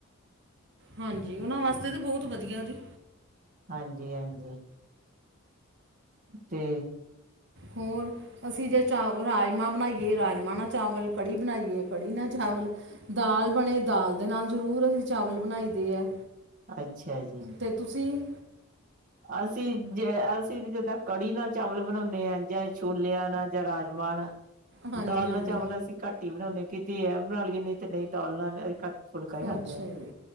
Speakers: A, on the right; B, on the right.
A: ਹਾਂਜੀ, ਉਹਨਾਂ ਵਾਸਤੇ ਤਾਂ ਬਹੁਤ ਵਧੀਆ ਜੀ।
B: ਹਾਂਜੀ-ਹਾਂਜੀ। ਤੇ।
A: ਹੋਰ ਅਸੀਂ ਜੇ ਚਾਵ ਰਾਜਮਾ ਬਣਾਈਏ ਰਾਜਮਾ ਨਾਲ ਚਾਵਲ, ਕੜੀ ਬਣਾਈਏ ਕੜੀ ਨਾਲ ਚਾਵਲ। ਦਾਲ ਬਣੇ ਦਾਲ ਦੇ ਨਾਲ ਜ਼ਰੂਰ ਅਸੀਂ ਚਾਵਲ ਬਣਾਈ ਦੇ ਆ।
B: ਅੱਛਾ ਜੀ।
A: ਤੇ ਤੁਸੀਂ।
B: ਅਸੀਂ ਜੇ ਅਸੀਂ ਜਿੱਦਾਂ ਕੜੀ ਨਾਲ ਚਾਵਲ ਬਣਾਉਦੇ ਹਾਂ ਜਾਂ ਛੋਲਿਆਂ ਨਾਲ ਜਾਂ ਰਾਜਮਾਂ ਨਾਲ।
A: ਹਾਂਜੀ
B: ਦਾਲ
A: ਹਾਂਜੀ
B: ਨਾਲ ਚਾਵਲ ਅਸੀਂ ਘੱਟ ਹੀ ਬਣਾਉਦੇ ਹਾਂ ਕਿਤੇ ਇਹ ਬਣਾ ਲਈਏ ਨਹੀਂ ਤੇ ਨਹੀਂ ਦਾਲ ਨਾਲ ਘੱਟ ਫੁਲਕਾ ਹੀ ਖਾਂਦੇ
A: ਅੱਛਾ
B: ਆ
A: ਜੀ